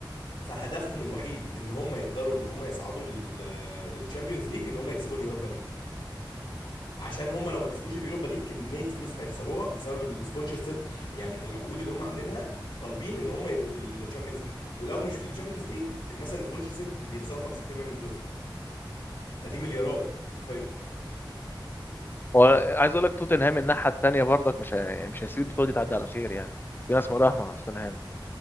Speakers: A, on the left; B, on the left.
A: فهدفهم الوحيد ان هم يقدروا ان هم يصعدوا لل للشامبيونز ليج ان هم يكسبوا اليوروبا ليج عشان هم لو ما كسبوش اليوروبا ليج كميه فلوس هيخسروها بسبب السبونسر شيب يعني العقود اللي هم عاملينها طالبين ان هم يبقوا في الشامبيونز ليج ولو مش في الشامبيونز ليج مثلا سبونسر شيب بيخسروا 50% من فلوسهم فدي مليارات حرفيا
B: هو عايز اقول لك توتنهام الناحيه التانيه برضك مش هي- مش هيسيب البطوله دي تعدي على خير يعني في ناس مراهنه على توتنهام